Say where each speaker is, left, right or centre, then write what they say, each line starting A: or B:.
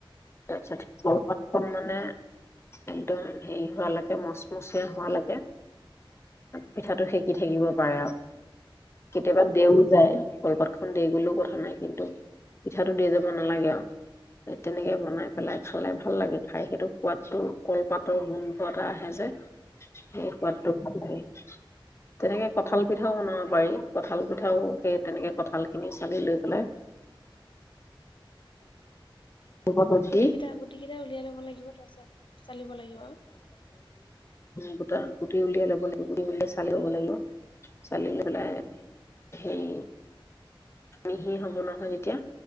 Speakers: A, on the left (about 30°); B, on the left (about 65°).
A: তাৰপিছতাতখন মানে একদম হেৰি হোৱালৈকে মচমচীয়া হোৱালৈকে পিঠাটো সেকি থাকিব পাৰে আৰু কেতিয়াবা দেও যায় কলপাতখন দে গলেও কথা নাই কিন্তু পিঠাটো দি যাব নালাগে আৰু তেনেকে বনাই পেলাই খালে ভাল লাগে খাই সেইটো সোৱাদটো কলপাতৰ গোন্ধ এটা আহে যে সেই সোৱাদটো ভাল লাগে তেনেকে কঁঠাল পিঠাও বনাব পাৰি কঁঠাল পিঠা ও সেই তেনেকে কঁঠাল খিনি চালি লৈ পেলাই ৰ'দত
B: গুট
A: দি
B: কেইটা গুটি কেইটা উলিয়াই লব লাগিব তাৰপাছত চালিব লাগিব।
A: গোটটা গুটি উলিয়াই ল'ব লাগিব গুটি উলিয়াই চালি ল'ব লাগিব চালি পেলাই সেই মিহি হব নহয় যেতিয়া